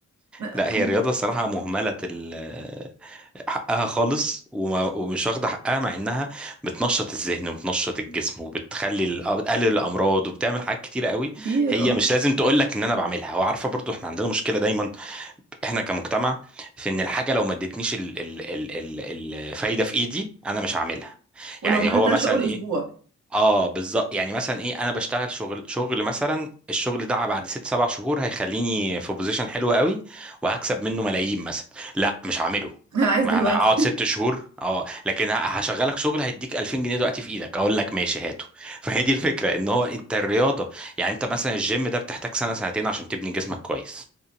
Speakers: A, in the centre; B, on the right (about 70°).
A: لا
B: هم
A: هي الرياضة الصراحة مهملة ال- حقها خالص وما- ومش واخدة حقها مع إنها بتنشط الذهن وبتنشط الجسم وبتخلي ال- آه، بتقلل الأمراض وبتعمل حاجات كتيرة قوي
B: كتير
A: هي
B: اه
A: مش لازم تقول لك إن أنا بعملها وعارفة برضو إحنا عندنا مشكلة دايما إحنا كمجتمع في إن الحاجة لو ما ادتنيش ال- ال- ال- ال- الفايدة في إيدي أنا مش هعملها
B: ولو
A: يعني
B: ما خدتهاش
A: هو مثلا
B: اول
A: إيه،
B: اسبوع
A: اه بالظبط يعني مثلا ايه انا بشتغل شغل شغل مثلا الشغل ده بعد ست سبع شهور هيخليني في بوزيشن حلو قوي وهكسب منه ملايين مثلا لا مش هعمله
B: <laughs> انا عايز
A: ما
B: دلوقتي
A: انا اقعد ست
B: <laughs>
A: شهور اه لكن ه- هشغلك شغل هيديك 2000 جنيه دلوقتي في ايدك اقول لك ماشي هاته <laughs> فهي دي الفكره ان هو انت الرياضه يعني انت مثلا الجيم ده بتحتاج سنه سنتين عشان تبني جسمك كويس